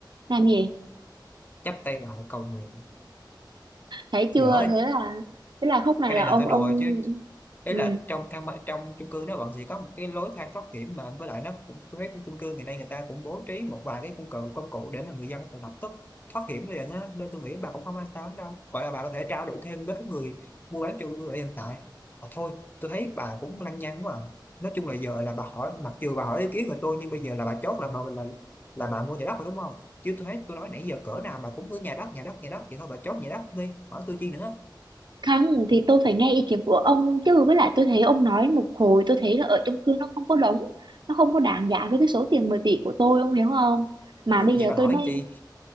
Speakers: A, on the right; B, on the left.
A: Làm gì?
B: chắp tay lại cầu nguyện
A: thấy chưa
B: dở
A: thế là thế là khúc này
B: cái
A: là
B: này
A: ông
B: là tôi đùa
A: ông
B: chứ đấy
A: ừ.
B: là trong thang máy- trong chung cư nó vẫn sẽ có một cái lối thang thoát hiểm mà với lại nó cũng với cái chung cư thì nay người ta cũng bố trí một vài cái công cụ công cụ để mà người dân có thể lập tức thoát hiểm liền á nên tôi nghĩ bà cũng không an tâm đâu gọi là bà có thể trao đổi thêm với cái người mua bán chung cư ở hiện tại Ờ, thôi tôi thấy bà cũng lăng nhăng quá à. nói chung là giờ là bà hỏi mặc dù bà hỏi ý kiến của tôi nhưng bây giờ là bà chốt là bà là, là bà mua nhà đất rồi đúng không chứ tôi thấy tôi nói nãy giờ cỡ nào bà cũng cứ nhà đất nhà đất nhà đất vậy thôi bà chốt nhà đất đi hỏi tôi chi nữa
A: không thì tôi phải nghe ý kiến của ông chứ với lại tôi thấy ông nói một hồi tôi thấy là ở chung cư nó không có đúng nó không có đáng giá với cái số tiền 10 tỷ của tôi ông hiểu không mà
B: vậy
A: bây giờ
B: bà hỏi
A: tôi nói
B: anh chị.